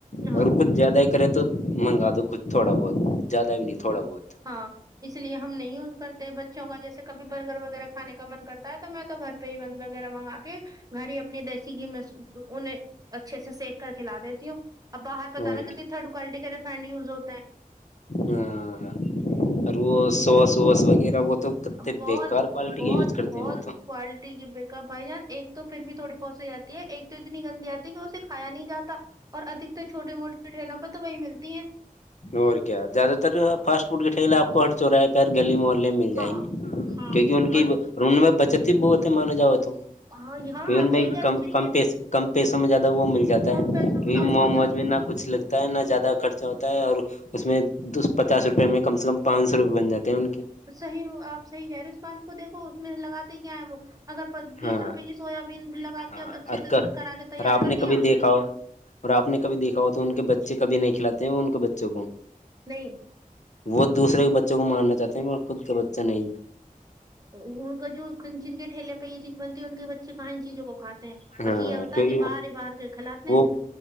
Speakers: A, on the right (about 25°); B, on the left (about 55°).
A: ہاں
B: اگر کچھ زیادہ ہی کرے تو منگا دو کچھ تھوڑا بہت زیادہ نہیں تھوڑا
A: ہاں
B: بہت
A: ہاں اس لیے ہم نہیں یوز کرتے بچوں کا جیسے کبھی برگر وغیرہ کھانے کا من کرتا ہے تو میں تو گھر بند وغیرہ منگا کے گھر ہی اپنی دیسی گھی میں انہیں اچھے سے سیک کر کے لا دیتی ہوں اب باہر پتہ
B: اور
A: نا کتنی تھرڈ کوالٹی کا ریفینڈ یز ہو
B: ہاں اور وہ سوس ووس وغیرہ وہ تو کتتے
A: اب بہت
B: بےیکار کوالٹی
A: بہت
B: کا یوز کرتے
A: بہت
B: ہیں م تو
A: کوالٹی کی بیک بھائی جان ایک تو پھر بھی تھوڑی پہنچ جاتی ہے ایک تو اتنی گندی آتی ہے کہ اسے کایا نہیں جاتا اور ادکتر چھوٹے موٹے ٹریلوں پہ تو وہی ملتی ہیں
B: اور کیا زیادہ تر فاسٹ فوڈ کی ٹھیلہ آپ کو ہر چوراہے پے ہر گلی محل مل جائیں
A: ہاں
B: گے
A: ہاں
B: کیونکہ ان کی
A: اور
B: ان میں بچت ہی بہت ہے مانا جاؤ تو
A: ہاں یہاں
B: کیو ان
A: آپ
B: میں
A: صحیح کہہ
B: کم
A: رہے اس چیز
B: کم
A: کو
B: پس کم پیسوں میں زیادہ وہ مل جاتا
A: کم
B: ہے
A: پیسوں
B: کیونکہ
A: میں اب
B: موموج
A: وہ جو
B: میں نہ کچھ لگ تا ہے نہ زیادہ خرچہ ہوتا ہے اور اس میں پچاس روپئے میں کم سے کم پانچ سو روپئے بن جاتے ہیں ان کے
A: صحیح ہو آپ صحیح کہہ رہو اس بات کو دیکھو اس میں لگاتے کیا ہے وہ اگر بیس
B: ہاں
A: روپے کی سویا بین لگا
B: ہاں
A: کے اچھے
B: اور
A: سے
B: اور
A: کرا کے تیار
B: آپ
A: کر
B: نے
A: لیا
B: کبھی دیکھا ہو اور آپ نے کبھی دیکھا ہو تو ان کے بچے کبھی نہیں کھلاتے ہیں ان کے بچوں کو
A: نہیں
B: وہ دوسرے کے بچوں کو مارنا چاہتے ہیں پر خود کا بچہ نہیں
A: ا وہ ان کا جو کھنچکٹ کے ٹھیلے یہ چیز بنتی ان کے بچے کہاں ان چیزوں کو کھاتے ہیں
B: ہاں
A: بس یہ ہوتا
B: کیونکہ
A: ہے کہ
B: وہ
A: باہر باہر کر کھلاتے ہیں
B: وہ